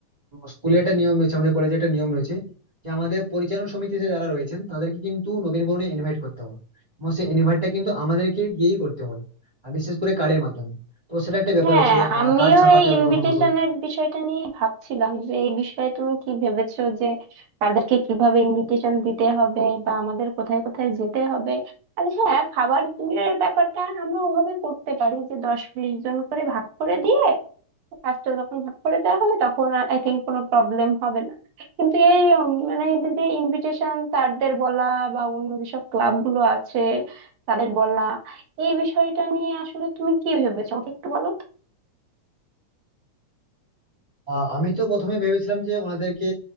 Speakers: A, on the right (about 40°); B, on the right (about 70°).
A: স্কুলে একটা নিয়ম রয়েছে আমাদের কলেজে একটা নিয়ম রয়েছে যে আমাদের পরিচালন সমিতিতে যারা রয়েছেন তাদেরকে কিন্তু নবীন বরণে ইনভাইট করতে হবে এবং সেই ইনভার্টটা কিন্তু আমাদেরকে গিয়েই করতে হয় আর বিশেষ করে কার্ডের মাধ্যমে তো সেটা একটা ব্যাপার
B: হ্যাঁ
A: হচ্ছে
B: আমিও
A: কার্ড ছাপাতে
B: এই
A: হবে
B: ইনভিটেশনের
A: প্রথমত
B: বিষয়টা নিয়ে ভাবছিলাম যে এই বিষয়ে তুমি কি ভেবেছো যে তাদেরকে কিভাবে ইনভিটেশন দিতে হবে বা আমাদের কোথায় কোথায় যেতে হবে আর হ্যাঁ খাবারের ব্যাপারটা আমরা ওভাবে করতে পারি যে দশ বিশ জন করে ভাগ করে দিয়ে কাজটা যখন ভাগ করে দেওয়া হবে তখন আই থিঙ্ক কোনো প্রবলেম হবে না কিন্তু এই উম, মানে এই যে যে ইনভিটেশন স্যারদের বলা বা অন্য যেসব ক্লাবগুলো আছে তাদের বলা এই বিষয়টা নিয়ে আসলে তুমি কি ভেবেছো আমাকে একটু বলো
A: আহ, আমি তো প্রথমে ভেবেছিলাম যে ওনাদেরকে